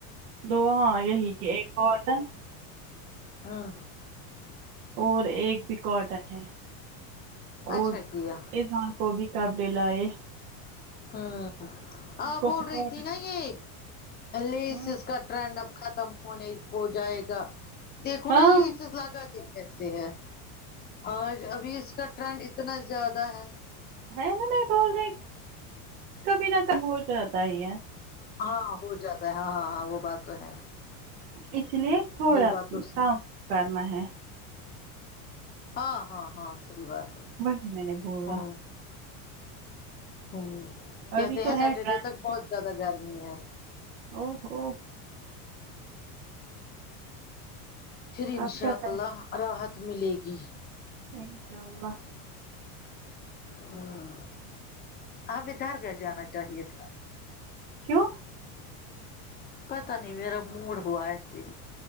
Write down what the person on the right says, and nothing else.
دو ہاں یہی کے ایک اورٹم
اور ایک بھی کاٹن ہے اور
عزام کو بھی کب ڈل لایۓ
اس کو
کاٹن
ہوں
ہاں
ہے نا میں بول رہے کبھی نہ کم ہو جاتا ہی ہے
اس لیے تھوڑا
کام کرنا ہے
وہی میں نے بولا
ابھی تو
ہے
ٹرانسفر
او ہو
آپ کیا کر
انشاء اللہ
کیوں